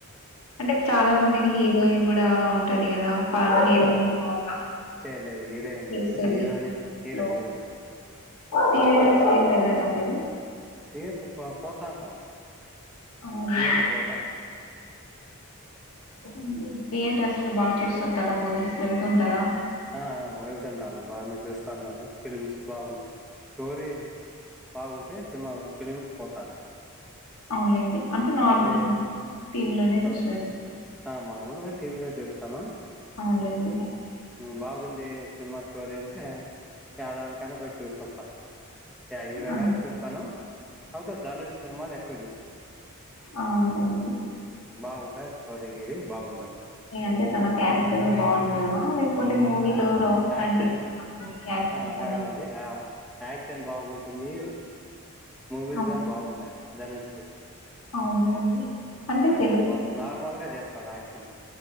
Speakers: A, on the left; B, in the centre.
A: అంటే చాలా మందికి హీరోయిన్ కూ ఆ ఉంటది దిగద పాత హీరోయిన్
B: ఆ
A: బాగా
B: చేయలేదు హీరోయిన్
A: చేస్తది
B: లేదు హీరోనే హీరో
A: ట్లో
B: హీరో
A: <unintelligible> మీరు
B: థియేటర్ క పోతాంటం
A: అవునా
B: థియేటర్ పోతం
A: అ థియేటర్స్ లో బాగా చూస్తుంటార్ మూవీస్ వెళ్తుంటారా
B: ఆ వెళ్తుంటాను బానే చూస్తా ఉంటాను ఫిలిమ్స్ బాగుంటాయి, స్టోరీ బాగుంటే సినిమా ఫిలిమ్స్ పోతాను
A: అవునలేండి అంటే
B: స్టోరీ
A: నార్మల్ టీవీలోనే
B: స్టోరీ
A: చూస్తారు
B: ఆ మామూలుగా టీవీలో చూస్తాను
A: అవునులేండి
B: ఉమ్, బాగుంది సినిమా స్టోరీ అంటే ఏదానికైనా పోయి చూసిొస్తా హీరో
A: ఆ
B: గదు చూస్తాను అతే ధనుష్ సినిమా నే కొ చేస్తా
A: ఆ అవునులేండి
B: బాగుంటాయి స్టోరీ గిరి బాగుంటుంది
A: అంటే తన క్యారెక్టర్ బావుంటాయన్న లే పోతే మూవీలో
B: ఆ,
A: రొమాంటిక్
B: యాక్షన్
A: యాక్షన్స్
B: ఆ, అట్లా
A: అని
B: కాదండి ఆ, యాక్షన్ బాగుంటుంది మూవీస్
A: అవును
B: గాన్ బాగుంటాయి దానుష్యి
A: అవునులేండి అంటే
B: యాక్షన్
A: తెలుగు
B: బాగా నార్మల్గా జే తడాక్షిణ